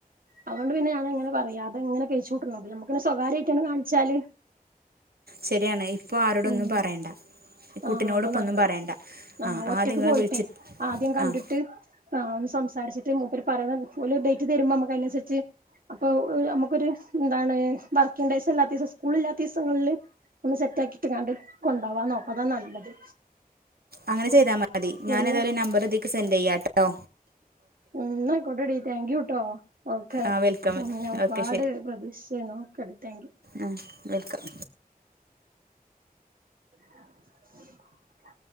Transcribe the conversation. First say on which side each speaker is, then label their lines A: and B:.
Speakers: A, on the right; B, on the right.
A: അതോണ്ട് പിന്നെ ഞാനങ്ങനെ പറയാതെ ഇങ്ങനെ കയ്ച്ചൂട്ട്ണത് ഞമ്മക്ക് പിന്നെ സ്വകാര്യായിട്ടണ്ട് കാണിച്ചാല്
B: ശരിയാണ് ഇപ്പൊ ആരോടൊന്നും
A: ഉം
B: പറയണ്ട ഈ കുട്ടിനോടും
A: ആഹ് അതാ
B: ഇപ്പൊന്നും
A: നല്ലത്
B: പറയണ്ട ആഹ്
A: ഒറ്റക്ക്
B: ആദ്യങ്ങള്
A: പോയിട്ടേ
B: വിളിച്ച്
A: ആദ്യം കണ്ടിട്ട്
B: ആഹ്
A: ആഹ് ഒന്ന് സംസാരിച്ച്ട്ട് മൂപ്പര് പറയ്ണത് ഓല് ഡേയ്റ്റ് തെര്മ്പോ നമ്മക്ക് അയ്നൻസരിച്ച് അപ്പൊ നമ്മക്കൊര് എന്താണ് വർക്കിംഗ് ഡേയ്സ് അല്ലാത്തീസം സ്കൂളില്ലാത്തീസങ്ങൾല് ഒന്ന് സെറ്റാക്കി ഇട്ട്ങ്ങാണ്ട് കൊണ്ടാവാൻ നോക്കാ അതാ നല്ലത്
B: അങ്ങനെ ചെയ്താ മതി
A: പിന്നെ
B: ഞാനേതായാലും നമ്പറ് ഇതീക്ക് സെന്റെയ്യാട്ടോ
A: ഉം ന്നായ്ക്കോട്ടേടീ താങ്ക് യു ട്ടോ ഓക്കെ
B: ആ വെൽക്കം
A: ഉം ഞാ ഒരുപാട്
B: ഓക്കെ
A: പ്രതീക്ഷിച്ചേന്നു ഒക്കെ ടീ താങ്ക് യൂ
B: ആഹ് വെൽക്കം
A: <inaudible>